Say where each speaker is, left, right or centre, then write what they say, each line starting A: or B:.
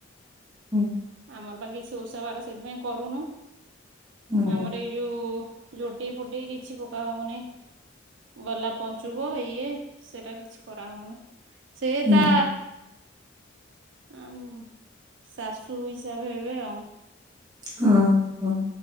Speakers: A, on the right; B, on the right.
A: ହୁଁ।
B: ଆମର ପା କିଛି ଓଷା ବାର ସେଥିପାଇଁ କରୁନୁ।
A: ହଁ
B: ଆମର ଏଇ ଯୋଉ ଜୋଟି ଫୁଟି କିଛି ପକା ହେଉନି। ଗଲା ପଞ୍ଚୁକ ଇଏ ସେଇଟା କିଛି କରାହଉନି। ସେଇ
A: ହୁଁ
B: ତା ଆମ ଶାଶୁ ସୁ ହିସାବ ହେବେ ଆଉ।
A: ହଁ ହଁ।